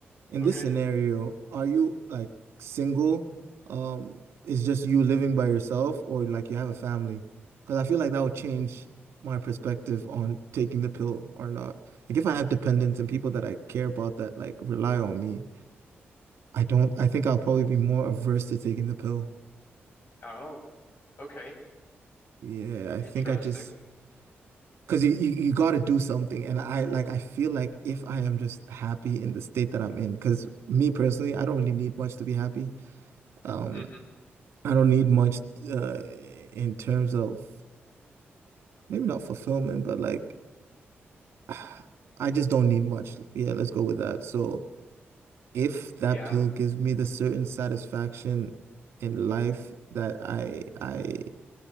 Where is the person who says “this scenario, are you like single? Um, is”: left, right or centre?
Right